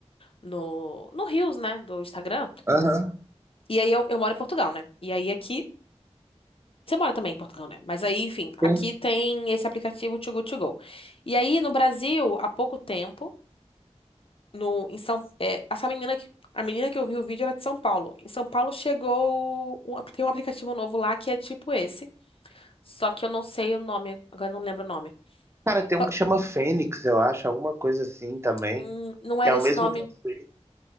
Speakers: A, on the left; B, on the right.
A: no no Reels, né, do Instagram.
B: Aham.
A: E aí eu, eu moro em Portugal, né? E aí aqui você mora também em Portugal, né? Mas aí, enfim, aqui
B: Sim.
A: tem esse aplicativo Too Good To Go. E aí no Brasil, há pouco tempo no em São é, essa menina que a menina que eu vi o vídeo era de São Paulo. Em São Paulo chegou um, tem um aplicativo novo lá que é tipo esse, só que eu não sei o nome, agora eu não lembro o nome.
B: Cara, tem um
A: Só-
B: que chama Fênix, eu acho, alguma coisa assim também.
A: hum, não era
B: Que é o
A: esse
B: mesmo
A: nome,
B: conceito.